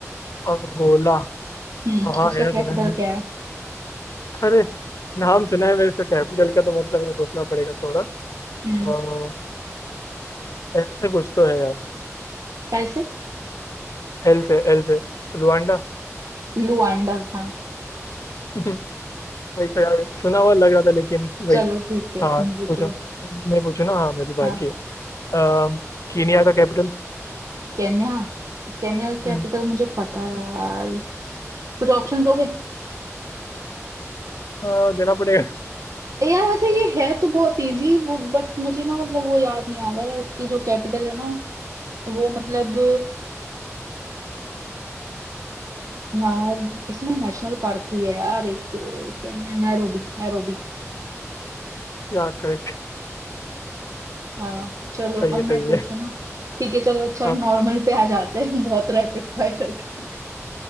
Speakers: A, on the left (about 85°); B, on the right (about 85°).
A: अंगोला हाँ
B: हम्म
A: हाँ,
B: उसका
A: है ना
B: कैपिटल
A: सुना है मैंने
B: क्या है
A: अरे नाम सुना है मेरे इसका कैपिटल का तो मतलब है सोचना पड़ेगा थोड़ा
B: हम्म
A: आ, एल से कुछ तो है यार
B: कैसे
A: एल से एल से रुआंडा
B: लुआंडा हाँ
A: <laughs> वही तो यार सुना हुआ लग रहा था लेकिन वही
B: चलो ठीक है
A: हाँ
B: तुम पूछो
A: पूछो मैं पूछू ना हाँ मेरी बारी
B: हाँ
A: है अम, कीनिया का कैपिटल
B: केन्या केन्या कैपिटल
A: हम्म
B: मुझे पता है यार कुछ ऑप्शंस हो गए
A: हाँ, देना पड़ेगा
B: यार वैसे ये है तो बहुत इजी वो बट मुझे ना मतलब वो याद नहीं आ रहा है इसकी जो कैपिटल है ना वो मतलब यार इसमें नेशनल पार्क भी है यार एक केन्या नैरोबी नैरोबी
A: क्या करेक्ट
B: हाँ चलो
A: सही
B: अब
A: है
B: मैं
A: सही
B: पूछू
A: है
B: ना ठीक है चलो अच्छा
A: हाँ
B: हम नॉर्मल पे आ जाते हैं <laughs> बहुत रैपिड फायर हो गया